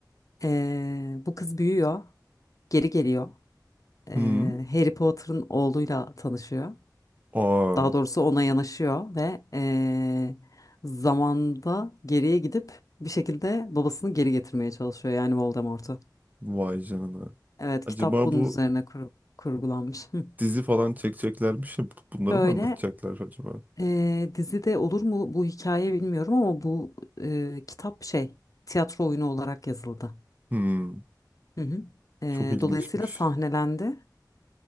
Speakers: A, on the left (about 50°); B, on the right (about 20°).
A: Ee, bu kız büyüyor, geri geliyor. Ee,
B: Hı.
A: Harry Potter'ın oğluyla tanışıyor.
B: Aa,
A: daha doğrusu ona yanaşıyor ve eee, zamanda geriye gidip bir şekilde babasını geri getirmeye çalışıyor yani Voldemort'u.
B: vay canına.
A: Evet
B: Acaba
A: kitap bunun
B: bu
A: üzerine kur- kurgulanmış. Hı.
B: dizi falan çekeceklermiş ya bu- bunları
A: Şöyle
B: mı anlatacaklar acaba?
A: eee dizide olur mu bu hikaye bilmiyorum ama bu eee, kitap şey tiyatro oyunu olarak yazıldı.
B: Hmm,
A: Hı hı. Eee,
B: çok ilginçmiş.
A: dolayısıyla sahnelendi